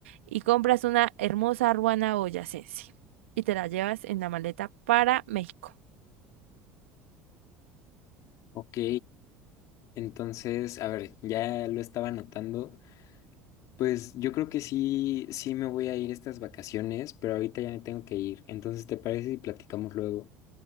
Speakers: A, on the right (about 80°); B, on the left (about 55°).
A: y compras una hermosa ruana boyacense y te la llevas en la maleta para México.
B: ok. Entonces, a ver, ya lo estaba anotando. Pues yo creo que sí, sí me voy a ir estas vacaciones, pero ahorita ya me tengo que ir. Entonces, ¿te parece si platicamos luego?